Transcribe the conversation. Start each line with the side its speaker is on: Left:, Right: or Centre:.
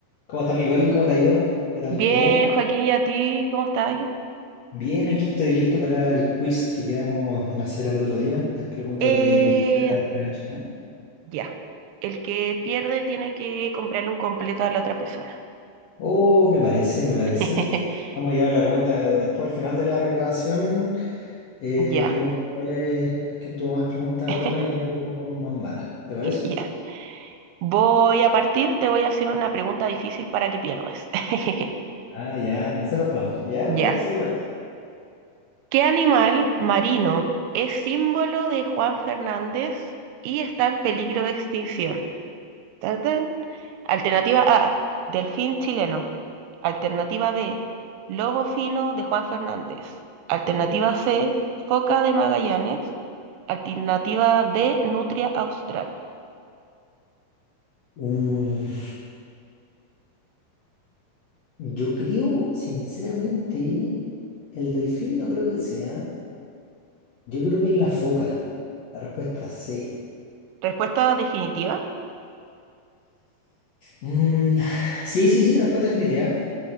Left: ¿Cómo estás, Nicole? ¿Cómo te ha ido? ¿Qué tal
Right: Bien,
Left: todo?
Right: Joaquín, ¿y a ti? ¿Cómo estás?
Left: Bien, aquí estoy listo para el quiz que quedamos en hacer al otro día, las preguntas
Right: Eh,
Left: de cultura general chilena.
Right: ya. El que pierde tiene que comprarle un completo a la otra persona.
Left: Oh, me parece, me parece.
Right: <laughs>
Left: Vamos a llevar la cuenta después, al final de la grabación, eh,
Right: Ya.
Left: vemos cuál es, quién tuvo más preguntas
Right: <laughs>
Left: buenas y quién tuvo más malas. ¿Te parece?
Right: Ya. Voy a partir, te voy a hacer una pregunta difícil para que pierdas. <laughs>
Left: Ah, ya, en esa nos vamos. Ya,
Right: Ya.
Left: me parece, me parece.
Right: ¿Qué animal marino es símbolo de Juan Fernández y está en peligro de extinción? Tan, tan. Alternativa A, delfín chileno. Alternativa B, lobo fino de Juan Fernández. Alternativa C, foca de Magallanes. Alternativa D, nutria austral.
Left: Mm, yo creo, sinceramente, el delfín no creo que sea. Yo creo que es la foca. La respuesta sí.
Right: Respuesta definitiva.
Left: Mm, sí, sí, sí, respuesta definitiva.